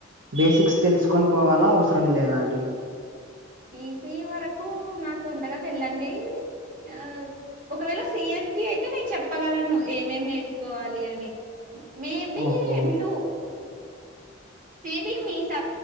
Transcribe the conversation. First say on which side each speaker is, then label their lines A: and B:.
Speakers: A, on the right; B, on the right.
A: బేసిక్స్ తెలుసుకొని పోవాలా అవసరం లేదా అండి
B: ఈ సీ వరకు నాకు అంతగా తెల్దండి ఆ ఒకవేళ సిఎస్సి అయితే నేను చెప్పగలను ఏమేం నేర్చుకోవాలి అని మేబి
A: ఓహో
B: మీరు మేబి మీ స